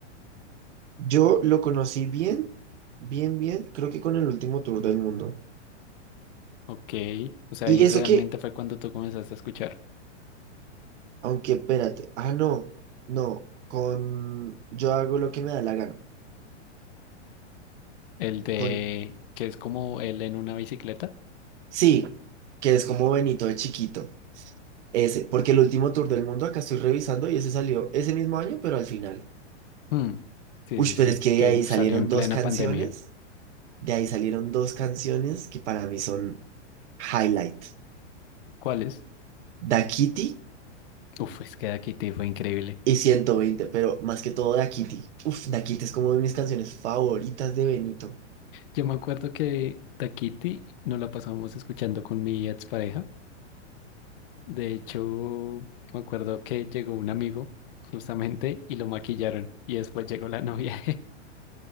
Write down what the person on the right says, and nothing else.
Yo lo conocí bien, bien, bien, creo que con el último tour del mundo.
Y
eso que,
aunque espérate, ah, no, no, con, yo hago lo que me da la gana.
Con,
sí, que es como Benito de chiquito. Ese, porque el último tour del mundo acá estoy revisando y ese salió ese mismo año, pero al final.
Uy,
pero es que de
ahí salieron
dos canciones,
de ahí salieron dos canciones que para mí son highlight.
Da Kitty
y ciento veinte pero más que todo Da Kitty. Uf, Da Kitty es como de mis canciones favoritas de Benito.